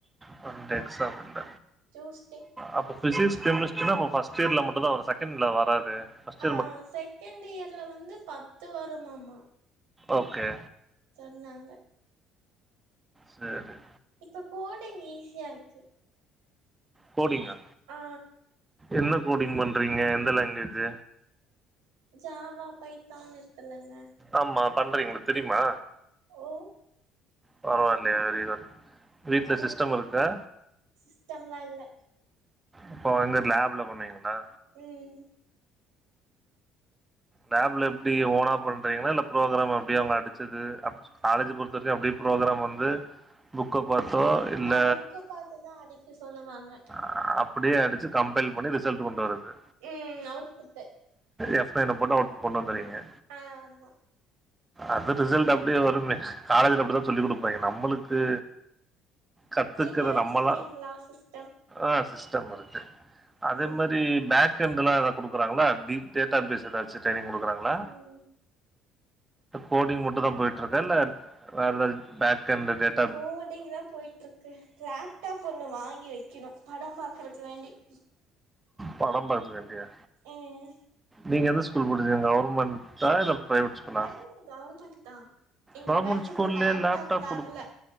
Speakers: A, on the right; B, on the right.
A: மண்டே எக்ஸாம் இல்ல
B: ட்யூஸ்டே
A: அப்ப ஃபிசிக்ஸ் கெமிஸ்ட்ரினா அப்ப ஃபஸ்ட் இயர்ல மட்டுதா வரு செகண்ட் இயர் ல வராதே ஃபஸ்ட்
B: ஆ செகண்ட் இயர்ல வந்து பத்து வருமாமா
A: ஓகே
B: சொன்னாங்க
A: சரி
B: இப்ப கோடிங் ஈஸியா இருக்கு
A: கோடிங்கா
B: ஆ
A: என்ன கோடிங் பண்றீங்க எந்த லாங்குவேஜ்
B: ஜாவா பைத்தான் இருக்குல்லங்க
A: ஆமா பண்றீங்க உங்களுக்கு தெரியுமா
B: ஓ
A: பரவாயில்லயே வெரி குட் வீட்ல
B: அது
A: சிஸ்டம் இருக்கா
B: சிஸ்டம்லா இல்ல
A: அப்போ. எங்க லேப்ல பண்ணுவீங்களா
B: ம்
A: லேப்ல எப்டி ஓனா பண்றீங்களா இல்ல ப்ரோகராம் அப்டி அவங்க அடிச்சது அ காலேஜ் பொறுத்த வரைக்கு அப்டியே ப்ரோகராம் வந்து புக்க பாத்தோ இல்ல
B: ஆ புக்க பாத்துதா அடிக்க சொல்லுவாங்க
A: அ அப்டியே அடிச்சு கம்பைல் பண்ணி ரிசல்ட் கொண்டு வரது
B: ம்ம் அவுட் புட்டு
A: எஃப் நயன போட்டு அவுட் புட் கொண்டு வந்துர்ரீங்க
B: ஆ ஆமா
A: அது ரிசல்ட் அப்டியே வருமே காலஜ்ல அப்டிதா சொல்லி குடுப்பாங்க நம்மளுக்கு கத்துக்கற
B: நீங்க வச்சிருக்கீங்களா
A: நம்மளா
B: சிஸ்
A: ஆ சிஸ்டம் இருக்கு அதே
B: ம்
A: மாரி பேக் கென்டுலா எதா குடுக்குறாங்களா எப்டி டேட்டா பேஸ் எதாச்சு ட்ரெய்னிங் குடுக்குறாங்களா
B: ம்
A: கோடிங் மட்டு தா போயிட்டு இருக்கா இல்ல வேற ஏதாவது பேக் என்டு டேட்
B: கோடிங் தா போயிட்டு இருக்கு லப்டாப் ஒண்ணு வாங்கி வைக்கணு பட பார்கறக்கு வேண்டி <inaudible>
A: பட பாத்துக்க வேண்டியா
B: ம்
A: நீங்க எந்த ஸ்கூல் முடிச்சிங்க கவுர்மண்ட் சாய் ராம் பிரைவேட் ஸ்கூல்லா
B: ஆமா கவர்மண்ட் தா எங்க
A: கவர்மண்ட்
B: பேட்சுக்கு
A: ஸ்கூல்லயே
B: லேப்டாப்
A: லப்டாப்
B: தர்ல
A: குடுப்